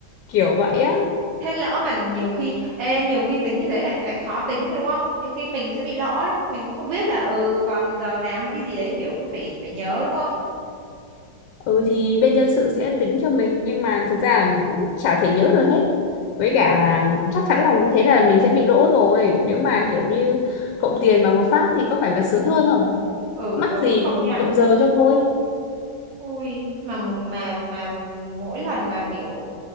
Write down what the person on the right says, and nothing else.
thế lỡ mà nhiều khi ê, nhiều khi tính như thế lại lại khó tính chứ đúng không nhiều khi mình sẽ bị lỗ ấy mình cũng không biết là ừ còn giờ nào hay cái gì đấy kiểu cứ phải phải nhớ đúng không
ừ
ừ
đúng
công nhận
ui mà mùng- mà mà mỗi lần mà kiểu